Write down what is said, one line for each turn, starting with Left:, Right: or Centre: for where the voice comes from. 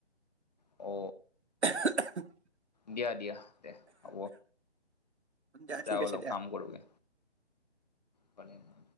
Left: অ
Right: <unintelligible>
Left: দিয়া দিয়া দেহ হ'ব।
Right: দিয়া
Left: যাও
Right: ঠিক আছে
Left: অলপ
Right: দিয়া।
Left: কাম কৰোঁগে। পানী অনা।